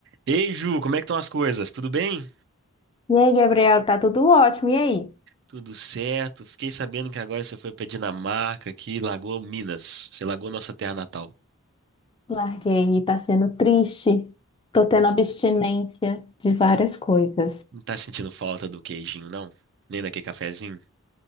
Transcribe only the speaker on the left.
E aí, Gabriel, tá tudo ótimo. E aí?
Larguei e tá sendo triste. Tô tendo
abstinência de várias
coisas.